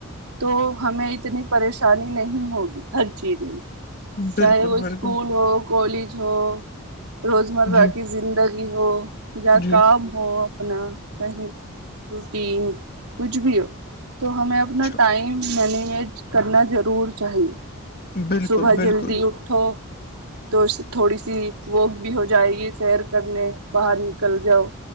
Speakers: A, on the right; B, on the left.
A: تو ہمیں اتنی پریشانی نہیں ہوگی ہر چیز میں
B: بالکل
A: چاہے وہ
B: بالکل
A: اسکول ہو کالج ہو روزمرہ
B: جی
A: کی زندگی ہو یا
B: جی
A: کام ہو اپنا کہیں روٹیین کھ بھی ہو تو ہمیں اپنا
B: اچھا
A: ٹائم مینج کرنا ضرور چاہیے
B: بالکل
A: صبح
B: بالکل
A: جلدی اٹھو تو تھوڑی سی وک بھی ہو جائے گی سیر کرنے باہر نکل جاؤ